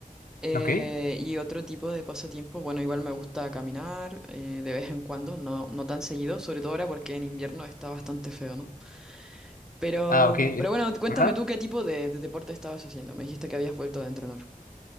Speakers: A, in the centre; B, on the left (about 80°).
A: Eh,
B: ¿Ok?
A: y otro tipo de pasatiempo, bueno, igual me gusta caminar eh, de vez en cuando, no, no tan seguido, sobre todo ahora porque en invierno está bastante feo, ¿no? Pero,
B: Ah, ok. eh,
A: pero bueno, cuéntame
B: Ajá.
A: tú qué tipo de, de deporte estabas haciendo. Me dijiste que habías vuelto a entrenar.